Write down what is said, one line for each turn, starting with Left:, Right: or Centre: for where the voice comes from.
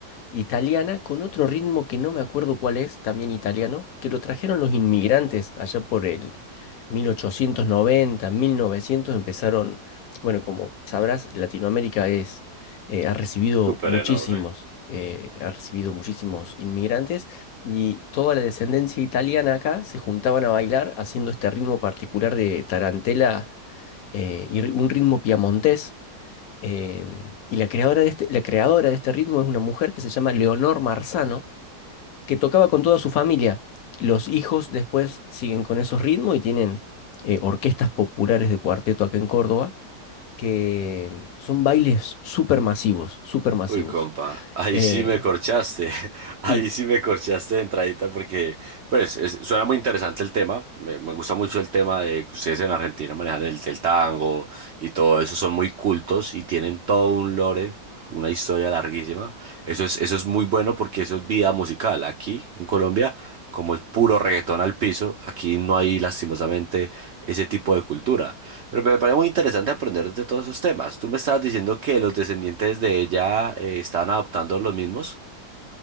Left: italiana con otro ritmo que no me acuerdo cuál es, también italiano, que lo trajeron los inmigrantes allá por el 1890, 1900 empezaron, bueno, como sabrás, Latinoamérica es eh, ha recibido
Right: Súper
Left: muchísimos
Right: enorme.
Left: eh, ha recibido muchísimos inmigrantes y toda la descendencia italiana acá se juntaban a bailar haciendo este ritmo particular de tarantela eh, y ri- un ritmo piamontés eh, y la creadora de este, la creadora de este ritmo es una mujer que se llama Leonor Marzano, que tocaba con toda su familia. Los hijos después siguen con esos ritmos y tienen eh, orquestas populares de cuarteto acá en Córdoba, que son bailes súper masivos, súper masivos.
Right: Uy, compa, ahí
Left: Eh,
Right: sí me corchaste. <laughs> Ahí
Left: y
Right: sí me corchaste de entradita porque, pues, es- suena muy interesante el tema. Me, me gusta mucho el tema de que ustedes en Argentina manejan el, el tango y todo eso. Son muy cultos y tienen todo un lore, una historia larguísima. Eso es, eso es muy bueno porque eso es vida musical. Aquí en Colombia, como es puro reggaetón al piso, aquí no hay lastimosamente ese tipo de cultura. Pero me parece muy interesante aprender de todos esos temas. Tú me estabas diciendo que los descendientes de ella eh, estaban adoptando los mismos.